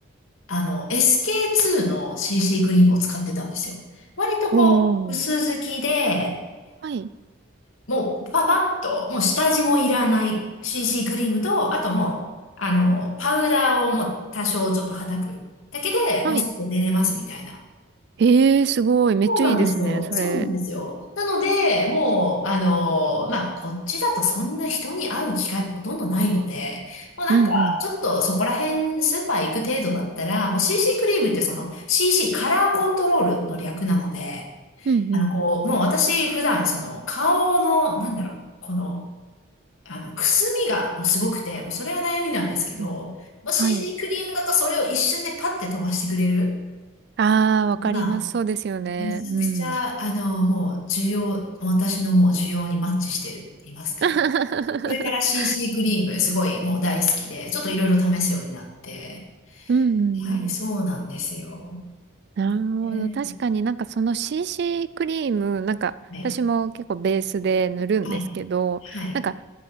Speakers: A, on the left; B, on the right.
A: あの、SK2 の CC クリームを使ってたんですよ。割とこう、
B: お
A: 薄付きで、
B: ー。はい。
A: もうパパッと、もう下地もいらない CC クリームと、あともう、あの、パウダーをもう多少ちょっと叩くだけで、
B: はい。
A: もう外出れますみたいな。
B: ええー、すごい。めっちゃいいですね、
A: そうなんですよ。
B: それ。
A: そうなんですよ。なので、もう、あのーまあ、こっちだとそんな人に会う機会もほとんどないので、もうなんか、
B: うんうん。
A: ちょっとそこら辺スーパー行く程度だったら、もう CC クリームってその CC、カラーコントロールの略なので、
B: うんうん。
A: あの、こう、もう私普段その顔の、なんだろう、この、あの、くすみがもうすごくて、もうそれが悩みなんですけど、
B: うん
A: もう CC
B: はい。
A: クリームだとそれを一瞬でパッて飛ばしてくれる。
B: ああ、わかります。
A: まあ
B: そうですよね。
A: めちゃくちゃ、
B: うん。
A: あの、もう、需要、私のもう需要にマッチしてるって言いますか。
B: <laughs>
A: これから CC クリーム、すごいもう大好きで、ちょっといろいろ試すようになって。
B: うんうんうん。
A: はい、そうなんですよ。
B: なるほど。
A: ね
B: 確かになんかその CC クリーム、なんか私も結構ベースで塗るんですけど、
A: はい、はい、はい、
B: なんか